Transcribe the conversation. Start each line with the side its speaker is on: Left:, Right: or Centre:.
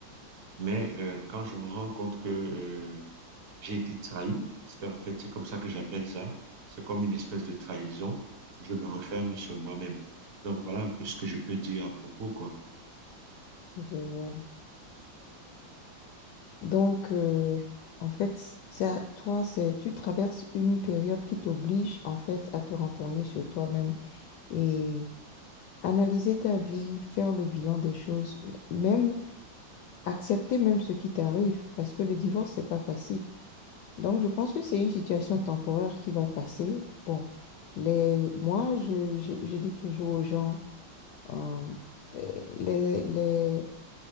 Right: mais euh, quand je me rends compte que euh, j'ai été trahi, parce qu'en fait, c'est comme ça que j'appelle ça, c'est comme une espèce de trahison, je me referme sur moi-même. Donc, voilà un peu ce que je peux dire à propos, quoi.
Left: mhm, je vois. Donc, euh, en fait, ça, toi, c'est, tu traverses une période qui t'oblige, en fait, à te renfermer sur toi-même et analyser ta vie, faire le bilan des choses, même accepter même ce qui t'arrive, parce que le divorce, c'est pas facile. Donc, je pense que c'est une situation temporaire qui va passer. Bon, les, moi, je, je, je dis toujours aux gens, euh, les, les